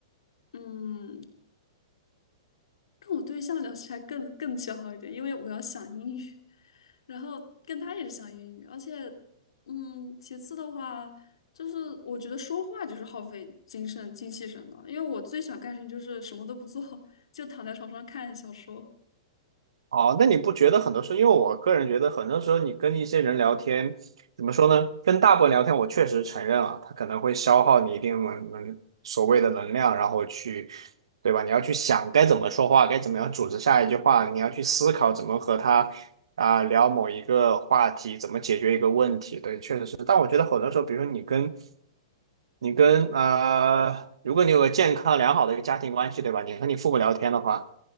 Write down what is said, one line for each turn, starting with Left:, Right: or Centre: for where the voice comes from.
Left: 嗯，跟我对象聊起来更更消耗一点，因为我要想英语，<laughs> 然后跟他也是想英语，而且，嗯，其次的话，就是我觉得说话就是耗费精神精气神的，因为我最喜欢干的事情就是什么都不做，就躺在床上看小说。
Right: 哦，那你不觉得很多时候，因为我个人觉得很多时候你跟一些人聊天，怎么说呢？跟大部分聊天，我确实承认啊，他可能会消耗你一定能能所谓的能量，然后去，对吧？你要去想该怎么说话，该怎么样组织下一句话，你要去思考怎么和他啊、聊某一个话题，怎么解决一个问题。对，确实是。但我觉得很多时候，比如说你跟你跟呃，如果你有个健康良好的一个家庭关系，对吧？你和你父母聊天的话。